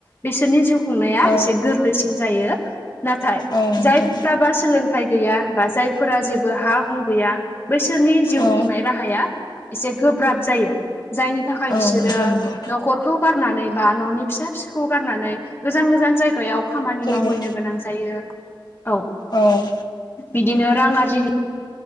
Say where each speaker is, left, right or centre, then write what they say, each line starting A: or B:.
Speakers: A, on the left; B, on the left.
A: बिसोरनि जिउ खुंनाया
B: औ
A: एसे गोरलैसिन जायो नाथाय
B: औ नोंथां
A: जायफोरबा सोलों फिथथाय गैया बा जायफोरा जेबो हा हु गैया बैसोरनि जिउ
B: औ
A: खुंनाय राहाया एसे गोब्राब जायो जायनि थाखाय बिसोरो
B: औ नोंथां नंगौ
A: न'खर खौ गारनानै बा न'नि फिसा फिसौखौ गारनानै गोजान गोजान जायगायाव खामानि
B: जायगा
A: मावहैनो गोनां जायो औ
B: औ
A: बिदिनो रां आरजि